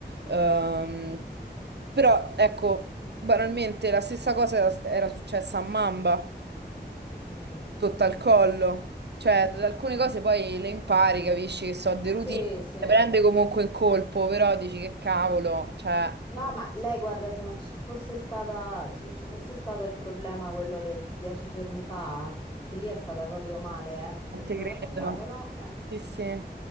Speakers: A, on the right; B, on the left.
A: Ehm, però ecco, banalmente la stessa cosa era, era successa a Mamba,
B: Mm.
A: sotto al collo, cioè alcune cose poi le impari, capisci che so, deruti,
B: Sì, sì.
A: le prende comunque in colpo, però dici che cavolo, cioè...
B: No, ma lei guarda, se non ci fosse stata, se non ci fosse stato il problema quello dei dieci giorni fa, che lì è stata proprio male, eh. Cioè,
A: A te
B: te l'ho
A: credo.
B: raccontato, no? Eh.
A: Sì, sì.